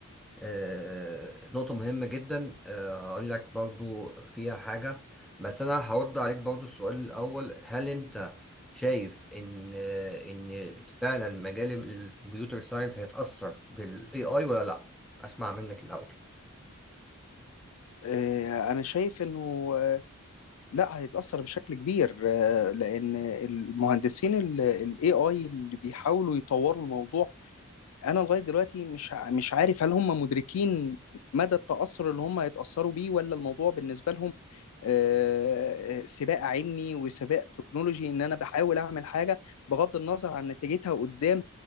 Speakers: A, in the centre; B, on the left (about 75°).
A: آه، نقطة مهمة جدا آه، هقول لك برضو فيها حاجة بس أنا هرد عليك برضو السؤال الأول هل أنت شايف إن آه، إن فعلا مجال الكمبيوتر ساينس هيتأثر بال AI ولا لأ؟ أسمع منك الأول
B: آه، انا شايف انه آه، لا هيتاثر بشكل كبير آه، لان المهندسين الاي اي اللي بيحاولوا يطوروا الموضوع انا لغايه دلوقتي مش ع- مش عارف هل هم مدركين مدى التاثر اللي هم هيتاثروا بيه ولا الموضوع بالنسبه لهم آه، آه، سباق علمي وسباق تكنولوجي ان انا بحاول اعمل حاجه بغض النظر عن نتيجتها قدام